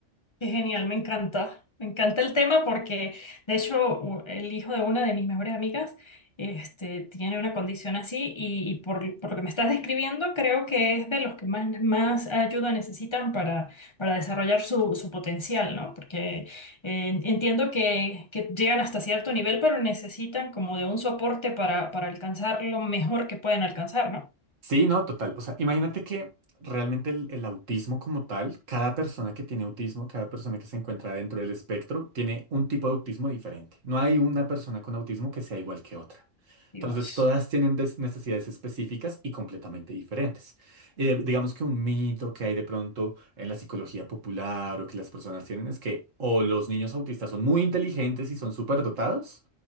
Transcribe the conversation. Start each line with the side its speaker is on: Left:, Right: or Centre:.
Left: qué genial, me encanta. Me encanta el tema porque, de hecho, u- el hijo de una de mis mejores amigas, este, tiene una condición así y, y por, por lo que me estás describiendo, creo que es de los que más, más ayuda necesitan para, para desarrollar su, su potencial, ¿no? Porque eh, entiendo que, que llegan hasta cierto nivel, pero necesitan como de un soporte para, para alcanzar lo mejor que pueden alcanzar, ¿no?
Right: Sí, no, total. O sea, imagínate que realmente el, el autismo como tal, cada persona que tiene autismo, cada persona que se encuentra dentro del espectro, tiene un tipo de autismo diferente. No hay una persona con autismo que sea igual que otra. Entonces,
Left: Dios.
Right: todas tienen des- necesidades específicas y completamente diferentes. Eh, digamos que un mito que hay de pronto en la psicología popular o que las personas tienen es que o los niños autistas son muy inteligentes y son súper dotados,